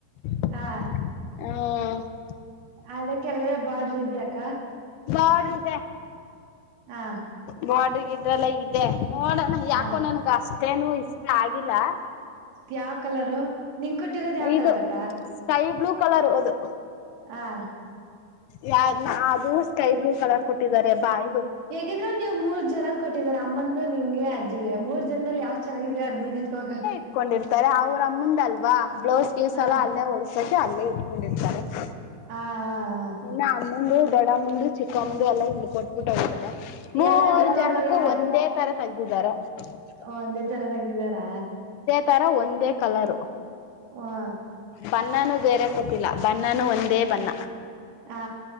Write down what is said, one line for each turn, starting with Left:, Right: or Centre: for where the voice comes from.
Left: <unintelligible>
Right: ಹಾ <unintelligible>
Left: ಹ <unintelligible>
Right: ಆದ್ರೆ ಕೆಳಗಡೆ ಬಾಡ್ರ ಇದ್ಯಾಕ್ಕ <unintelligible>
Left: ಬೊಡರ್ ಇದೆ
Right: ಹಾ
Left: ನೋಡ್ರಿಗ ಇದ್ರಲ್ಲ ಇ ನೋಡಣ
Right: ಹಾ
Left: ಯಾಕೋ ನನ್ಗ ಅಷ್ಟೇನು ಇಷ್ಟ ಆಗಿಲ್ಲ <unintelligible>
Right: ಯಾವ್ ಕಲರು ನಿಂಗ ಕಟ್ಟಿರೋದ ಯಾವ್
Left: ಇದು
Right: ಕಲರ್ ಅಕ್ಕ <unintelligible>
Left: ಸ್ಕೈ ಬ್ಲೂ ಕಲರ್ ಅದು <unintelligible>
Right: ಹ <unintelligible>
Left: ಯಾ ಅದು ಸ್ಕೈ ಬ್ಲೂ ಕಲರ್ ಕೊಟ್ಟಿದ್ದಾರೆ ಬಾ ಇದು <unintelligible>
Right: ಹೇಗಿದ್ರು ನೀವು ಮೂರು ಜನದ ಕೊಟ್ಟಿದಾರ ಅಮ್ಮಂದು ನಿಂಗೆಅಜ್ಜಿಗೆ ಮೂರು ಜನ <unintelligible> ಜನದಲ್ಲಿ ಯಾವ್ ಚೆನ್ನಾಗಿದೆ ಅದ ನೀನ್ ಎತ್ಕಾಗ <unintelligible>
Left: ಇಕೊಂಡಿರ್ತಾರೆ ಅವ್ರಮ್ಮಂದಲ್ವಾ ಬ್ಲೌಸ್ ಪಿಸ್
Right: ಹಾ
Left: ಎಲ್ಲ ಅಲ್ಲೇ ಹೊಡಸಕೆ ಅಲ್ಲೇ ಇಟ್ಕೊಂಡಿರ್ತಾರೆ <unintelligible>
Right: ಹಾ ಹಾ ಹಾ <unintelligible>
Left: ಇಲ ಆಮ್ಮಂದು ದಡ ಮುಂದ ಚಿಕ್ಕಮ್ಮ್ದು ಎಲ್ಲ ಇಲ್ಲಿ ಕೊಟ್ಟಟ್ಬಿಟ್ಟು ಹೋಗಾರೆ <unintelligible> ಮೂರು
Right: ಎಲ್ಲಾರ್ದು ನೋಡು
Left: ಜನಕ್ಕೂ
Right: ಯಾ
Left: ಒಂದೇ ತರ ತೆಗ್ದಿದಾರ <unintelligible>
Right: ಒಂದೇ ತರ ತಗ್ದಿದಾರಾ
Left: ತರ ಒಂದೇ ಕಲರು
Right: ವಾಹ್
Left: ಬಣ್ಣನುೂ ಬೇರೆ ಗೊತ್ತಿಲ್ಲ ಬಣ್ಣನೂ ಒಂದೇ ಬಣ್ಣ
Right: ಹಾ